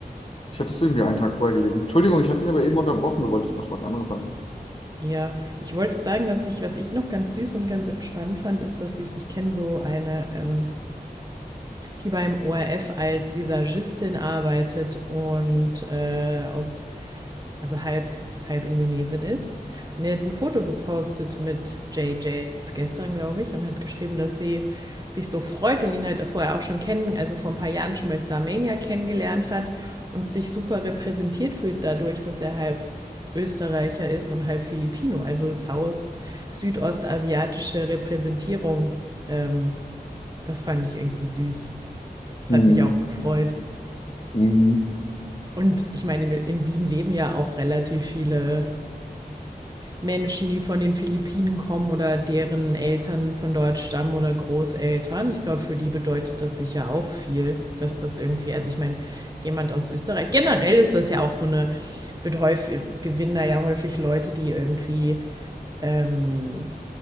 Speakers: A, on the left (about 40°); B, on the right (about 25°).
A: Ich hatte es irgendwie einen Tag vorher gelesen. Entschuldigung, ich habe dich aber eben unterbrochen. Du wolltest noch was anderes sagen.
B: Ja, ich wollte sagen, dass ich, was ich noch ganz süß und ganz spannend fand, ist, dass ich, ich kenne so eine, ähm, die beim ORF als Visagistin arbeitet und äh, aus also halb, halb Indonesien ist. Und er hat ein Foto gepostet mit JJ gestern, glaube ich, und hat geschrieben, dass sie sich so freut und ihn halt vorher auch schon kennen, also vor ein paar Jahren schon bei Starmania kennengelernt hat und sich super repräsentiert fühlt dadurch, dass er halb Österreicher ist und halb Filipino, also South, südostasiatische Repräsentierung. Ähm, das fand ich irgendwie süß. Das
A: Hm,
B: hat mich auch gefreut.
A: hm,
B: Und ich meine, in Wien leben ja auch relativ viele Menschen, die von den Philippinen kommen oder deren Eltern von dort stammen oder Großeltern. Ich glaube, für die bedeutet das sicher auch viel, dass das irgendwie, also ich meine, jemand aus Österreich, generell ist das ja auch so eine, wird häufig, gewinnen da ja häufig Leute, die irgendwie, ähm,